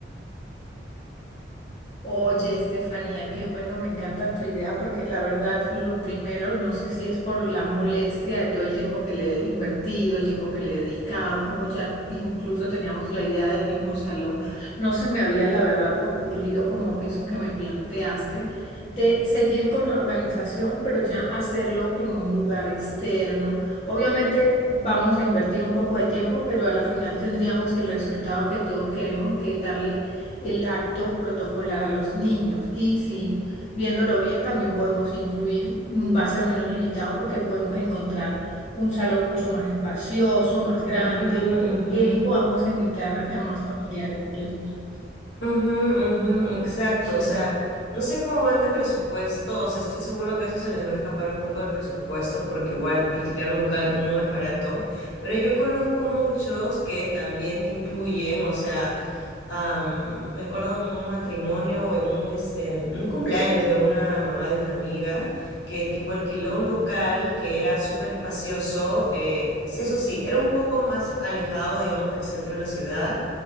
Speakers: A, on the left (about 40°); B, on the left (about 80°).
A: Oye, Estefanía, qué bueno, me encanta tu idea porque la verdad, lo primero, no sé si es por la molestia de todo el tiempo que le he invertido, el tiempo que le he dedicado, como ya incluso teníamos la idea del mismo salón, no se me había la verdad ocurrido como eso que me planteaste de seguir con la organización, pero ya hacerlo en un lugar externo. Obviamente vamos a invertir un poco de tiempo, pero a la final tendríamos el resultado que todos queremos, que es darle el acto protocolar a los niños. Y sí, viéndolo bien, también podemos incluir, mm, va a ser menos limitado porque podemos encontrar un salón mucho más espacioso, más grande,
B: Ujú, ujú.
A: eh, y podamos invitar a más familiares de los niños.
B: Ujú, ujú, exacto,
A: Sí.
B: o sea, no sé cómo van de presupuesto, o sea, estoy seguro que eso se les va a escapar un poco del presupuesto porque igual alquilar un local no es barato, pero yo conozco muchos que también te incluyen, o sea, am, me acuerdo en un matrimonio o en un, este, un cumpleaños de una mamá de una amiga que tipo alquiló un local que era súper espacioso, eh, eso sí, era un poco más alejado, digamos, del centro de la ciudad,